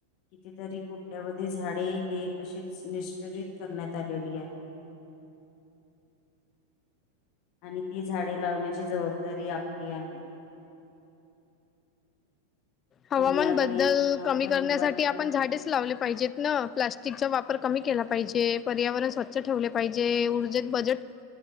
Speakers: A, on the left; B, on the left.
A: कितीतरी कोट्यावधी झाडे हे अशीच निष्कयित करण्यात आलेली आहे <unintelligible> आणि ती झाडे लावण्याची जबाबदारी आपली आहे
B: हवामान
A: त्याने आपली
B: बद्दल
A: आपल्या
B: कमी
A: कुटुंबातील
B: करण्यासाठी आपण झाडेच लावले पाहिजेत न प्लास्टिकचा वापर कमी केला पाहिजे पर्यावरण स्वच्छ ठेवले पाहिजे ऊर्जेत बजेट